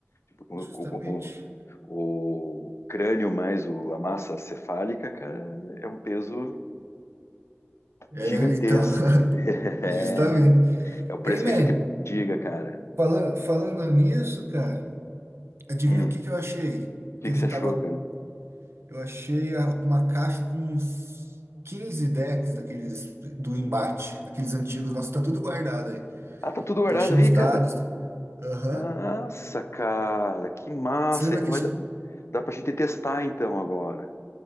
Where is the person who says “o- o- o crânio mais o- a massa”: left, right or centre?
Left